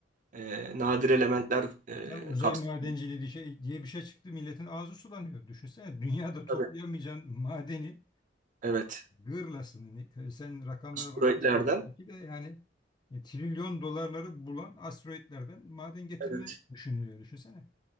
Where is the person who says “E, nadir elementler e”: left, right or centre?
Right